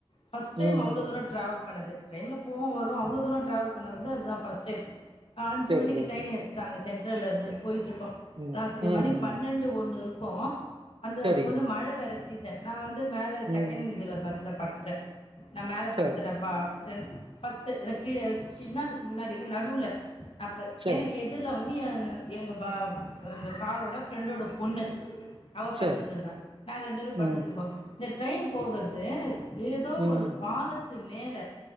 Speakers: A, on the left; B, on the right.
A: ஃபர்ஸ்ட் டைம்
B: ம்.
A: அவ்ளோ தூரோ ட்ராவல் பண்ணது ட்ரெயின்ல போவோ வருவோ அவ்ளோ தூரோ ட்ராவல் பண்ண வந்து அது தா ஃர்ஸ்ட் டைம் அ அஞ்சு
B: சரி,
A: மணிக்கு
B: சரி.
A: ட்ரெயின் எடுத் தாங்க சென்ட்ரல்ல இருந்து போய்ட்ருக்கோ
B: ம்,
A: ராத்திரி
B: ம்,
A: மணி
B: ம்.
A: பண்ணென்டு ஒண்ணுருக்கு அந்த
B: சரி.
A: அப்ப வந்து மழ வேற சீசன் நா வந்து மேல
B: ம்.
A: செகண்ட் இதுல பர்த்ல படுத்துட்ட நா மேல
B: சரி,
A: பட்துறப்பா ரென் ஃபஸ்ட் ரக் கீழ வச்சினா அதுக் முன்னாடி நடுவுல அப்ப
B: சரி,
A: எனக்கு எதிர்ல வந் நியான எங்க பா எங்க சாரோட ஃப்ரெண்டோட பொண்ணு அவ
B: சரி.
A: படுத்துட்ருந்தா நாங்க ரெண்டு பேரு
B: ம்,
A: படுத்துட்ருந்தோ இந்த ட்ரெயின் போகற்து ஏதோ
B: ம்,
A: ஒரு பாலத்து மேல